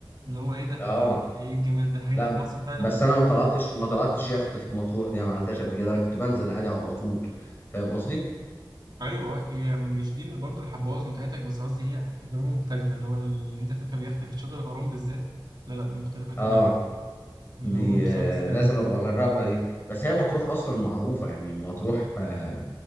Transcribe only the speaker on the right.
اللي هو إيه ده؟
إيه الجمال ده؟ الحاجات
دي في مصر فعلا
أيوه أه، هي مش دي اللي برضه اللي هتبوظ متعتك بس قصدي هي تجربة مختلفة اللي هو إن أنت تركب يخت في شاطئ الغرام بالذات لا لا دي مختلفة تماما
اللي
هو بصراحة
تستاهل
أه